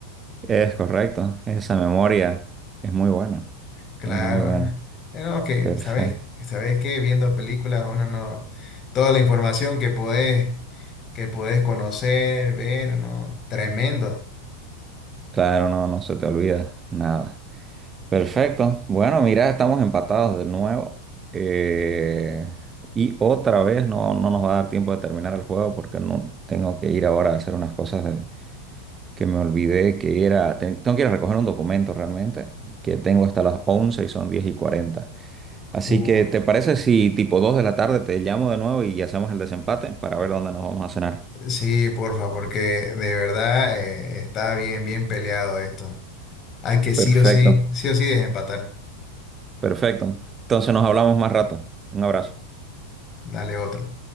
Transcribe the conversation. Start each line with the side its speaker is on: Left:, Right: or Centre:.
Right: Es correcto. Esa memoria es muy buena.
Left: Claro.
Right: Es muy buena.
Left: Eh, No, que
Right: Perfecto.
Left: sabes, sabes que viendo películas uno no, toda la información que podés, que podés conocer, ver, ¿no? Tremendo.
Right: Claro, no, no se te olvida nada. Perfecto. Bueno, mira, estamos empatados de nuevo. Eh, y otra vez no, no nos va a dar tiempo de terminar el juego porque no tengo que ir ahora a hacer unas cosas de- que me olvidé que era. ten- tengo que ir a recoger un documento realmente que tengo hasta las 11 y son 10 y 40. Así
Left: Uy.
Right: que, ¿te parece si tipo 2 de la tarde te llamo de nuevo y hacemos el desempate para ver dónde nos vamos a cenar?
Left: Sí, porfa, porque de verdad eh, está bien, bien peleado esto. Hay que sí
Right: Perfecto,
Left: o sí, sí o sí desempatar.
Right: perfecto. Entonces nos hablamos más rato. Un abrazo.
Left: Dale otro.